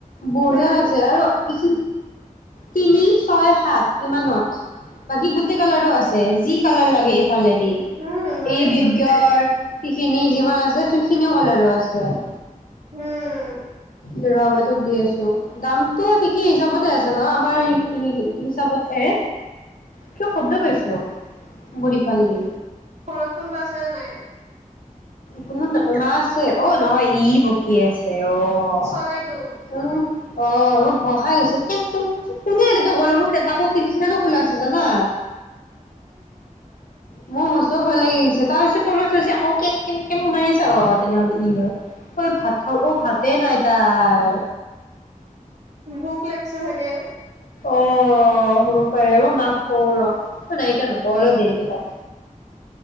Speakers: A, on the left; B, on the right.
A: বঢ়িয়া
B: উম
A: লাগছে আৰু ইচ তিনি, ছয়, সাত ইমানত বাকী গোটেই কালাৰো আছে যি কালাৰ লাগে। দি
B: উম ভালেই
A: এই বিধৰ
B: চোন তে
A: কিনি যিমান আছে সিখিনিও কালাৰো আছে। চব।
B: উম'।
A: দু ৰ মই তোক দি আছো, দাম। তো' ঠিকেই হিচাপতে আছে ন আমাৰ। এ হিচাপত এ, কিবা শব্দ পাইছো ভৰি ফালদি
B: ঘৰত কোনবা আছে নে নাই?
A: কোনো নাই, মা আছে অ' নহয় ই বকি আছে। অঁ
B: চৰাইটো
A: উম। অঁ, মই ভই খাই গৈছো কেটম কোনে এনেকে কৰিলে মোৰ তাকো খিৰিকীখনো খোলা আছে জানা। মোৰ মস্ত ভাল। তাৰ পিছত তলত থৈছে। আকৌ কে কেং, কেং মাৰি আছে অ' তেনেহ'লে ই হয়। অ' ভাত খাব অ' ভাতে নাই তাৰ।
B: ভোক লাগছে চাগে।
A: অ হ'ব। পাৰে মই মাক কওঁ ৰ'। অঁ নাই এতিয়া নকওঁ অলপ দেৰিকে কম।